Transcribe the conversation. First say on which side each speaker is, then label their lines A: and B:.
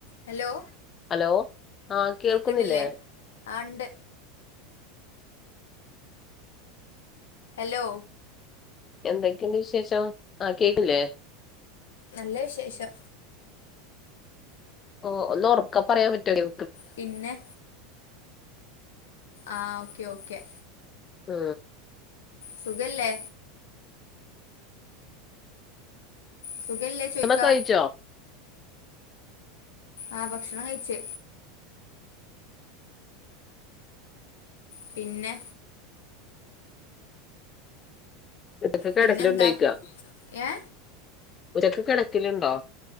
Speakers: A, on the left (about 65°); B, on the left (about 30°).
A: ഹലോ
B: ഹലോ ആ കേൾക്കുന്നില്ലേ?
A: കേക്കണില്ലേ ആ ഉണ്ട് ഹലോ
B: എന്തൊക്കെയുണ്ട് വിശേഷം ആ കേക്കില്ലേ?
A: നല്ല വിശേഷം.
B: ഓ ഒന്നു ഉറക്കപ്പറയാൻ പറ്റോയോ.?
A: പിന്നെ. ആ ഓക്കെ ഓക്കെ.
B: ആ.
A: സുഖല്ലേ.? സുഖല്ലേ ചോയ്ക്കാ.
B: ഊണൊക്കെ കഴിച്ചോ
A: ആ ഭക്ഷണം കയിച്. പിന്നെ.
B: ഇതൊക്ക കെടക്കലുണ്ടയ്ക്ക.
A: പിന്നെന്താ ഏ
B: ഉചക്ക് കെടക്കലുണ്ടോ.?